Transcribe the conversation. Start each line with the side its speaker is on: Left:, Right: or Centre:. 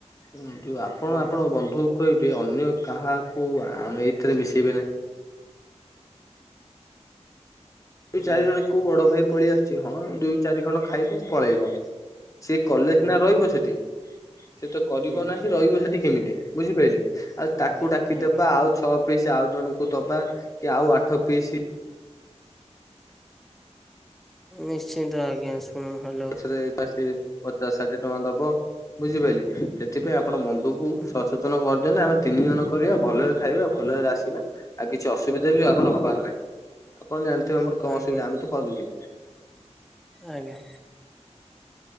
Left: ହଁ ଯୋଉ ଆପଣ
Centre: ହୁଁ
Left: ଆପଣ ବନ୍ଧୁକୁ କହିବେ ଅନ୍ୟ କାହାକୁ ଆ ଏଇଥିରେ ମିଶେଇବେ ନାହିଁ। ଦୁଇ
Centre: ହୁଁ
Left: ଚାରିଜଣ କୋଉ ବଡ ଭାଇ ପଳେଇ ଆଶୁଛି ହଁ ଦୁଇ ଚାରିଖଣ୍ଡ ଖାଇବ ପଳେଇବ। ସିଏ କଲେ
Centre: ହୁଁ
Left: ସିନା ରହିବ ସେଠି ସେ ତ କରିବ
Centre: ହୁଁ
Left: ନାହିଁ ରହିବ ସେଠି କେମିତି। ବୁଝିପାରିଲେ? ଆଉ
Centre: ଆଜ୍ଞା
Left: ତାକୁ ଡାକିଦବା
Centre: ଆଜ୍ଞା।
Left: ଆଉ ଛଅ ପିସ୍ ଆଉ ଜଣଙ୍କୁ ଦବା କି ଆଉ ଆଠ ପିସ୍
Centre: ହୁଁ। ନିଶ୍ଚିନ୍ତ ଆଜ୍ଞା। ହଁ ହଲ
Left: ପଛରେ <unintelligible> ପଚାଶ ଷାଠିଏ ଟଙ୍କା ଦବ ବୁଝିପାରିଲେ ସେଥିପାଇଁ ଆପ ଆପଣ ବନ୍ଧୁକୁ
Centre: ହୁଁ
Left: ସଚେତନ କରିଦେଲେ ଆମେ ତିନି ଜଣ କରିବା ଭଲରେ ଖାଇବା ଭଲରେ ଆସିବା ଆଉ କିଛି ଅସୁବିଧା ବି ଆମର ହବାର ନାହିଁ। ଆପଣ ଜାଣିଥିବେ ଆମର କଣ
Centre: ଆଜ୍ଞା
Left: ଅସୁବିଧା ଆମେ ତ କରୁଛେ
Centre: ଆଜ୍ଞା।